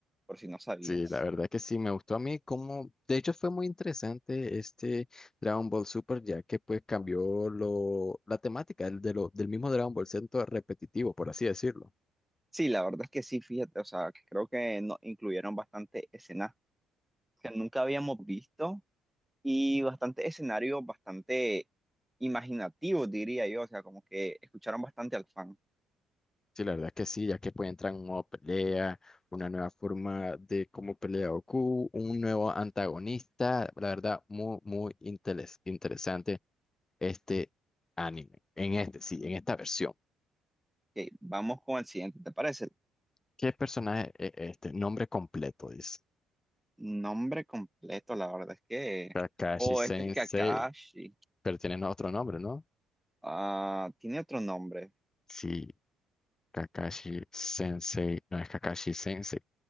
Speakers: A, in the centre; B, on the left (about 25°).
A: por si no sabías.
B: Sí, la verdad que sí, me gustó a mí como, de hecho fue muy interesante este Dragon Ball Super, ya que pues cambió lo, la temática el de lo- del mismo Dragon Ball Centro repetitivo, por así decirlo.
A: Sí, la verdad es que sí, fíjate, o sea, creo que nos incluyeron bastante escenas que nunca habíamos visto y bastante escenarios bastante imaginativos, diría yo, o sea, como que escucharon bastante al fan.
B: Sí, la verdad que sí, ya que pues entran nueva pelea, una nueva forma de cómo pelea Goku, un nuevo antagonista, la verdad muy, muy interes- interesante este anime, en este, sí, en esta versión.
A: Ok, vamos con el siguiente, ¿te parece?
B: ¿Qué personaje es este? Nombre completo, dice.
A: Nombre completo, la verdad es que...
B: Kakashi
A: O
B: Sensei.
A: este es Kakashi.
B: Pero tienen otro nombre, ¿no?
A: Ah, tiene otro nombre.
B: Sí, Kakashi Sensei, no es Kakashi Sensei,